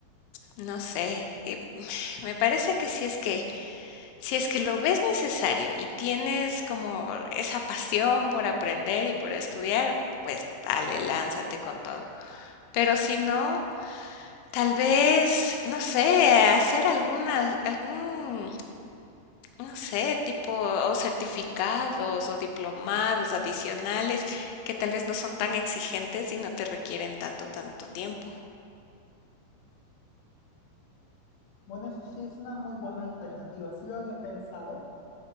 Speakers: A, on the left; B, on the left.
A: No sé, y <sighs> me parece que si es que si es que lo ves necesario y tienes como esa pasión por aprender y por estudiar, pues dale, lánzate con todo. Pero si no, Tal vez, no sé, hacer algunas algún, no sé, tipo, o certificados o diplomados adicionales que tal vez no son tan exigentes y no te requieren tanto, tanto tiempo.
B: Bueno, eso sí, es una muy buena alternativa. Sí lo había pensado.